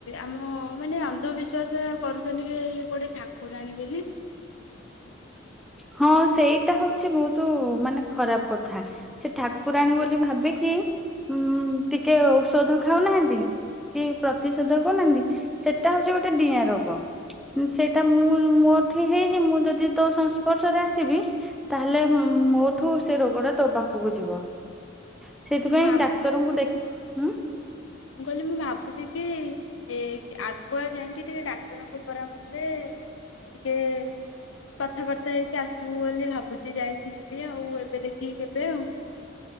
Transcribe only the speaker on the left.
ଆମ ମାନେ ଅନ୍ଧବିଶ୍ଵାସ କରୁଛନ୍ତି କି ଇଏ କୁଆଡ଼େ ଠାକୁରାଣୀ ବୋଲି।
ମୁଁ ଭାବୁ
ମୁଁ କହିଲି ମୁଁ ଭାବୁଛି କି ଏ ଆଗୁଆ ଯାଇଙ୍କି ଟିକେ ଡ଼ାକ୍ତରଙ୍କ ପରାମର୍ଶରେ ଟିକେ କଥାବାର୍ତ୍ତା ହେଇକି ଆସିବୁ ବୋଲି ଭାବୁଛି ଯାଇକି ଯିବି ଆଉ ଏବେ ଦେଖିକି କେବେ ଆଉ।